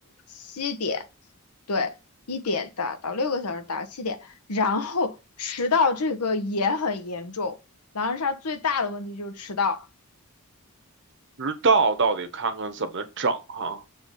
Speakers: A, on the left; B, on the right.
A: 七点，对，一点打到六个小时，打到七点，然后迟到这个也很严重，狼人杀最大的问题就是迟到。
B: 直到到底看看怎么整哈。